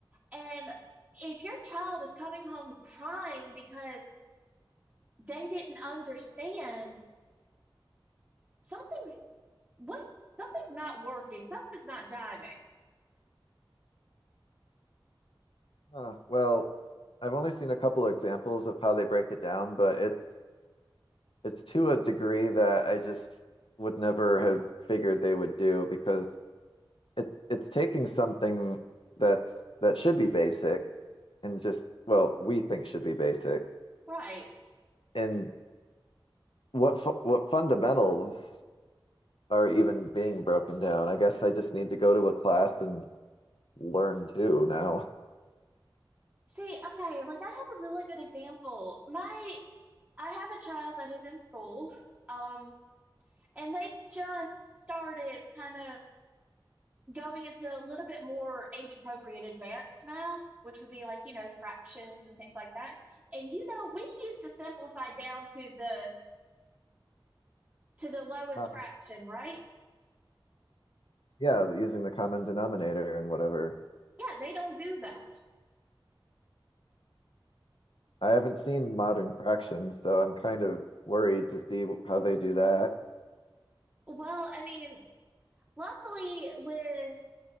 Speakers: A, on the right; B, on the left.
A: and if your child is coming home crying because they didn't understand, something what's something's not working, something's not jiving.
B: Huh. Well, I've only seen a couple examples of how they break it down, but it's it's to a degree that I just would never have figured they would do because it it's taking something that's that should be basic and just well, we think should be basic
A: Right.
B: and what fu what fundamentals are even being broken down. I guess I just need to go to a class and learn too now.
A: See, okay, like I have a really good example. My I have a child that is in school, um, and they just started kind of going into a little bit more age appropriate advanced math, which would be like, you know, fractions and things like that. And you know, we used to simplify down to the to the lowest
B: Common.
A: fraction, right?
B: Yeah, using the common denominator and whatever.
A: Yeah, they don't do that.
B: I haven't seen Modern Fractions, so I'm kind of worried to see how they do that.
A: Well, I mean, Luckily, with